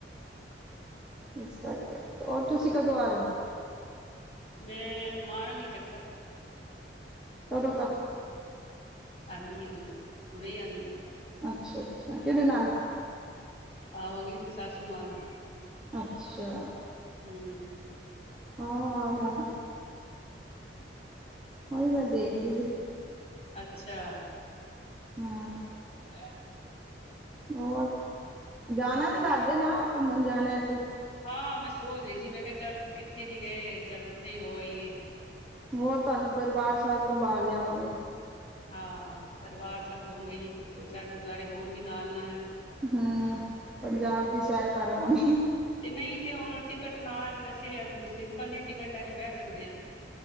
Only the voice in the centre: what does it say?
ਇਸ ਕਰਕੇ ਹੋਰ ਤੁਸੀਂ ਕਦੋਂ ਆ ਰੇ ਔ।
ਕਦੋਂ ਤੱਕ?
ਅੱਛਾ ਅੱਛਾ, ਕਿਹਦੇ ਨਾਲ?
ਅੱਛਾ।
ਹਾਂ, ਆ ਜਾਣਾ। ਔਈ ਏ ਦੇਖਦੇ ਫਿਰ।
ਹਾਂ।
ਹੋਰ, ਜਾਣਾ ਤੇ ਦਾਹਦੇ ਨਾਂ ਘੁੰਮਣ ਜਾਣਾ ਏ ਤੇ।
ਹੋਰ ਤੁਆਨੂੰ ਦਰਬਾਰ ਸਾਹਿਬ ਘਬਾਲ ਲਿਆਵਾਂਗੇ।
ਹਂ, ਪੰਜਾਬ ਦੀ ਸੈਰ ਕਰਆਵਾਂਗੇ।